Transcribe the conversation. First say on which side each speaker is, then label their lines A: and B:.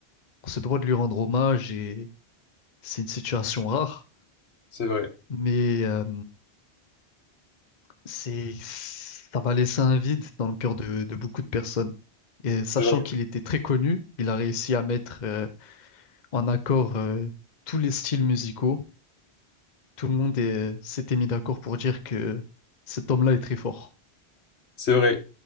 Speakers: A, on the left (about 45°); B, on the left (about 80°).
A: on se doit de lui rendre hommage et c'est une situation rare.
B: C'est vrai.
A: Mais euh, c'est, ça va laisser un vide dans le cœur de, de beaucoup de personnes. Et sachant
B: C'est vrai.
A: qu'il était très connu, il a réussi à mettre euh, en accord euh, tous les styles musicaux. Tout le monde est- s'était mis d'accord pour dire que cet homme-là est très fort.
B: C'est vrai.